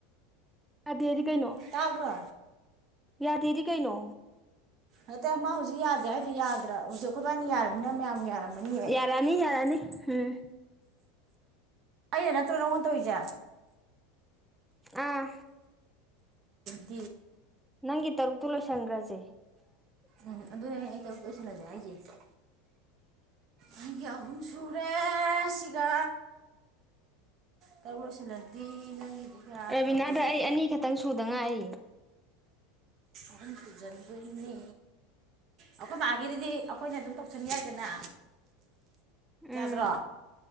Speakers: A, in the centre; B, on the right.
A: ꯌꯥꯗꯦꯗꯤ ꯀꯩꯅꯣ
B: ꯇꯥꯕ꯭ꯔꯣ
A: ꯌꯥꯗꯦꯗꯤ ꯀꯩꯅꯣ
B: ꯍꯥꯏꯗ ꯃꯥ ꯍꯧꯖꯤꯛ ꯌꯥꯗꯦ ꯍꯥꯏꯗꯣ ꯌꯥꯗ꯭ꯔꯥ ꯍꯧꯖꯤꯛ ꯑꯩꯈꯣꯏꯕꯥꯏꯅ ꯌꯥꯔꯝꯃꯤꯅ ꯃꯌꯥꯝ ꯌꯥꯔꯝꯃꯅꯤꯌꯦ
A: ꯔꯅꯤ ꯌꯥꯔꯅꯤ ꯎꯝ
B: ꯑꯩꯅ ꯅꯠꯇ꯭ꯔꯣ ꯅꯪꯉꯣꯟ ꯇꯧꯔꯤꯁꯦ
A: ꯑꯥ
B: ꯎꯝ
A: ꯅꯪꯒꯤ ꯇꯔꯨꯛꯇꯨ ꯂꯣꯏꯁꯟꯈ꯭ꯔꯁꯦ
B: ꯎꯝ ꯑꯗꯨ ꯍꯌꯦ ꯑꯩ ꯀ ꯂꯣꯏꯁꯤꯜꯂꯒꯦ ꯑꯩꯁꯦ ꯑꯩꯒꯤ ꯑꯍꯨꯝ ꯁꯨꯔꯦ ꯁꯤꯒ ꯇꯕꯨ ꯁꯤ ꯅꯗꯤ ꯅꯪꯒꯤꯗꯤ ꯀꯌꯥ
A: ꯔꯕꯤꯅꯥꯗ
B: ꯇꯧꯗꯣꯏ
A: ꯑꯩ ꯑꯅꯤ ꯈꯛꯇꯪ ꯁꯨꯗ ꯉꯥꯏꯔꯤ
B: ꯑꯍꯨꯝ ꯁꯨꯖꯟꯗꯣꯏꯅꯦ ꯑꯩꯈꯣꯏ ꯃꯥꯒꯤꯗꯨꯗꯤ ꯑꯩꯈꯣꯏꯅ ꯑꯗꯨꯝ ꯇꯧꯁꯟ ꯌꯥꯏꯗꯅ
A: ꯎꯝ
B: ꯌꯥꯗ꯭ꯔꯣ